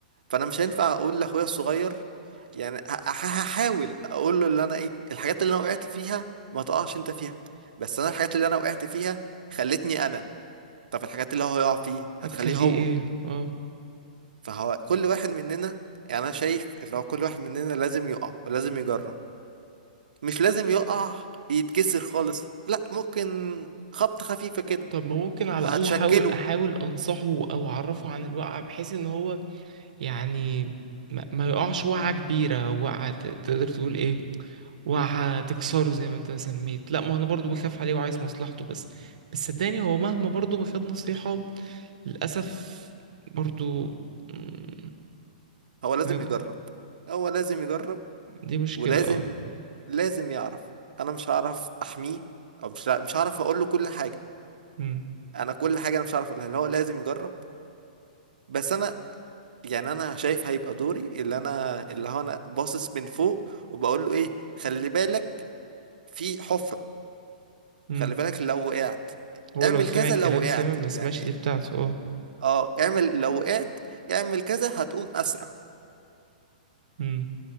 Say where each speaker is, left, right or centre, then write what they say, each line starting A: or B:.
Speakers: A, on the right; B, on the right.
A: فانا مش هينفع اقول لاخويا الصغير يعني ه- ه- هحاول اقول له اللي انا ايه الحاجات اللي انا وقعت فيها ما تقعش انت فيها بس انا الحاجات اللي انا وقعت فيها خلتني انا طب الحاجات اللي هو هيقع فيه
B: هتخليه
A: هتخليه هو
B: ايه اه
A: فهو كل واحد مننا يعني انا شايف اللي هو كل واحد مننا لازم يقع ولازم يجرب مش لازم يقع يتكسر خالص لا ممكن خبطة خفيفة كده
B: طب ما ممكن
A: هتشكله
B: على الأقل أحاول أحاول أنصحه أو أعرفه عن الوقعة بحيث إن هو يعني ما, ما يقعش وقعة كبيرة وقعة ت- تقدر تقول إيه وقعة تكسره زي ما أنت ما سميت لا ما أنا برضو بخاف عليه وعايز مصلحته بس بس صدقني هو مهما برضو ما خد نصيحة للأسف برضو مم،
A: هو لازم
B: إيه ده؟
A: يجرب هو لازم يجرب
B: دي مشكلة
A: ولازم
B: اه
A: لازم يعرف انا مش هعرف احميه او مش مش هعرف اقول له كل حاجة
B: مم.
A: انا كل حاجة انا مش هعرف اقولها اللي هو لازم يجرب بس انا يعني انا شايف هيبقى دوري اللي انا اللي هو انا باصص من فوق وبقول له ايه خلي بالك في حفرة
B: مم.
A: خلي بالك لو وقعت
B: هو
A: اعمل
B: لو سمع
A: كذا
B: الكلام
A: لو وقعت
B: سامع ما سمعش
A: يعني
B: دي بتاعته اه
A: اه اعمل لو وقعت اعمل كذا هتقوم اسرع
B: مم.